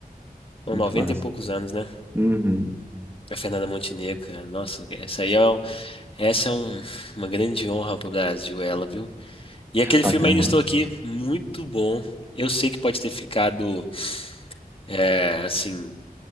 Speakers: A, on the left (about 35°); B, on the right (about 15°).
A: Com
B: Muito
A: noventa
B: massa.
A: e poucos anos, né?
B: Uhum.
A: A Fernanda Montenegro, cara. Nossa, essa aí é, um- essa é um- uma grande honra pro Brasil, ela, viu? E aquele
B: Patrimônio.
A: filme Ainda Estou Aqui, muito bom. Eu sei que pode ter ficado, é, assim,